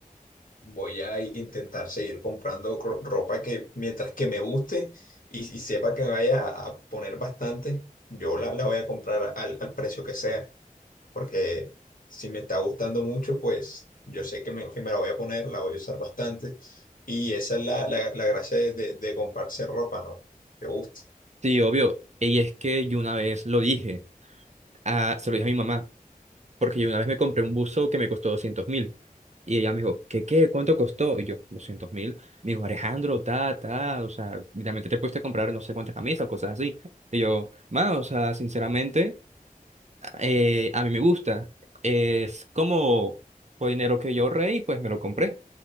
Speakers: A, on the left; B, on the right.
A: voy a intentar seguir comprando cro- ropa que mientras que me guste y, y sepa que me vaya a a poner bastante, yo la, la voy a comprar al, al precio que sea, porque si me está gustando mucho, pues yo sé que me, que me la voy a poner, la voy a usar bastante y esa es la, la, la gracia de, de, de comprarse ropa, ¿no? Que Te gusta.
B: Sí, obvio. Y es que yo una vez lo dije, ah, se lo dije a mi mamá, porque yo una vez me compré un buzo que me costó 200 mil. Y ella me dijo, ¿qué qué? ¿Cuánto costó? Y yo, 200 mil. Me dijo, Alejandro, ta, ta, o sea, realmente te puedes comprar no sé cuántas camisas o cosas así. Y yo, ma, o sea, sinceramente. Eh, a mí me gusta. Es como fue dinero que yo ahorré y pues me lo compré.